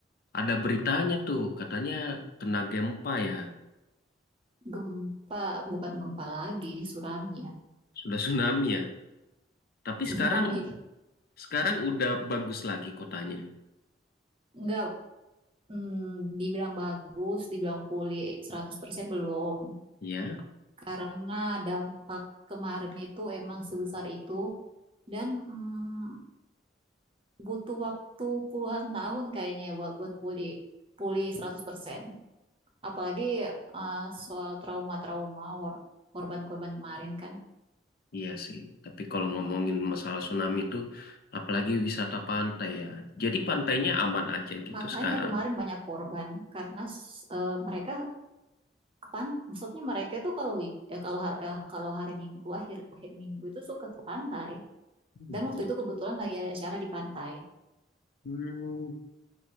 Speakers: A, on the left (about 55°); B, on the right (about 30°).
A: ada beritanya tuh katanya kena gempa ya,
B: Gempa, bukan gempa lagi, tsunami ya.
A: sudah <laughs> tsunami ya. Tapi
B: <laughs> Tsunami.
A: sekarang sekarang udah bagus lagi kotanya.
B: Enggak, hmm, dibilang bagus, dibilang pulih 100% belum.
A: Ya,
B: Karena dampak kemarin itu emang sebesar itu dan hmm, butuh waktu puluhan tahun kayaknya ya buat buat pulih pulih 100%. Apalagi eh, soal trauma-trauma or- korban-korban kemarin kan.
A: iya sih. Tapi kalau ngomongin masalah tsunami tuh apalagi wisata pantai ya. Jadi pantainya aman aja gitu
B: Makanya
A: sekarang.
B: kemarin banyak korban karena s- eh, mereka kepan maksudnya mereka itu kalau week ya kalau hari kalau hari Minggu akhir akhir Minggu itu suka ke pantai
A: Gitu.
B: dan waktu itu kebetulan lagi ada acara di pantai
A: Hmm,